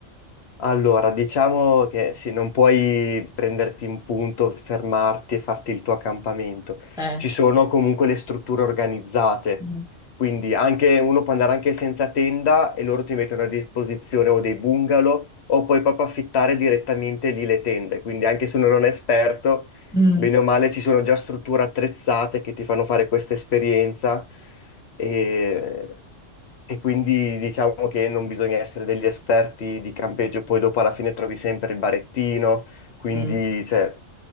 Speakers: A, on the left (about 60°); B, in the centre.
A: Allora, diciamo che sì, non puoi prenderti in punto, fermarti e farti il tuo accampamento.
B: eh.
A: Ci sono
B: eh,
A: comunque le strutture organizzate,
B: Mm,
A: quindi anche, uno può andare anche senza tenda e loro ti mettono a disposizione o dei bungalow o puoi proprio affittare direttamente lì le tende. Quindi anche se uno non è esperto,
B: mm,
A: bene o male ci sono già strutture attrezzate che ti fanno fare questa esperienza E e quindi diciamo che non bisogna essere degli esperti di campeggio, poi dopo alla fine trovi sempre il barettino, quindi
B: mm.
A: cioè,